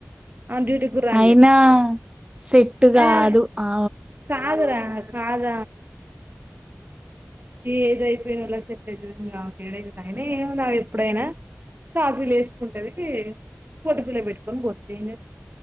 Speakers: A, on the right; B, on the right.
A: ఆమెను డ్యూటీకి కూడా రానీయరు
B: అయినా సెట్
A: అయినా
B: కాదు ఆ
A: కాదురా కాద ఈ ఏజ్ అయిపోయినళ్ళక్ సెట్ అవుతుందిక అయినా ఏం గాదు ఎప్పుడైనా కాపులు వేసుకుంటది బొట్ పిల్ల పెట్టుకొని పోతుంది ఏంటంట